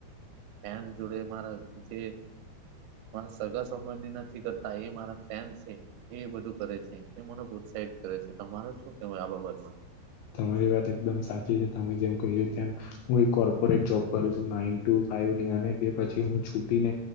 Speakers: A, on the right; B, on the left.
A: ફ્રેન્ડ જોડે મારા જે મારા સગા સંબંધી નથી કરતા એ મારા ફ્રેન્ડ કરે છે એ બધું કરે છે. એ મને ઉત્સાહિત કરે છે તમારે શું કેવું આ બાબતમાં?
B: તમારી વાત એકદમ સાચી છે તમે જેમ કહી તેમ હું એક કોર્પોરેટ જોબ કરું છું નાન ટુ. અને તે પછી હું છૂટીને